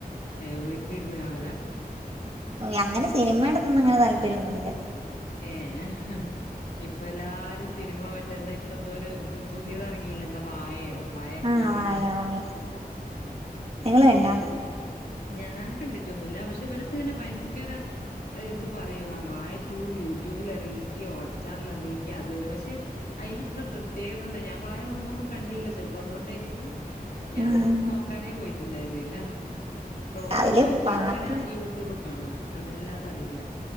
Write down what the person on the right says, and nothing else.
അങ്ങനെ സിനിമായോടൊന്നുങ്ങനെ താല്പര്യമൊന്നുമില്ല
ആഹ് വാഴ വാഴ നിങ്ങള് കണ്ടാ
ഉം
അതില് പാട്ട്